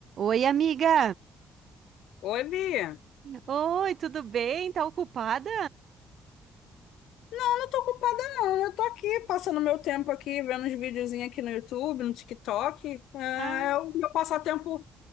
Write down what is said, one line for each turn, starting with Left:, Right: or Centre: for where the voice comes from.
Right: Oi, amiga.
Left: Oi, Bia.
Right: Oi, tudo bem? Tá ocupada?
Left: Eu não tô ocupada, não. Eu tô aqui passando meu tempo aqui, vendo uns videozinhos aqui no YouTube, no TikTok. Ah,
Right: Ah,
Left: É o meu passatempo